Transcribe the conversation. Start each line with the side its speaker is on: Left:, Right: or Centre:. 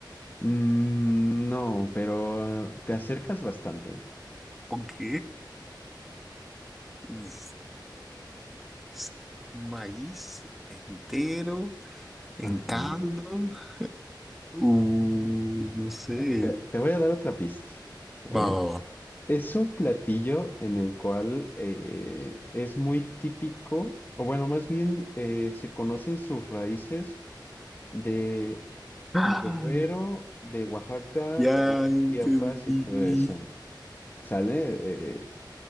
Left: Mm, no, pero te acercas bastante.
Centre: Ok. Uf, es maíz entero. En
Left: Ajá.
Centre: caldo. Uh, no sé.
Left: Te, te voy a dar otra pista, ¿vale?
Centre: Va, va, va.
Left: Es un platillo en el cual eh, es muy típico, o bueno, más bien eh, se conocen sus raíces de
Centre: Ah,
Left: Guerrero, de Oaxaca,
Centre: ya
Left: de
Centre: entendí.
Left: Chiapas y todo eso. ¿Sale? Eh,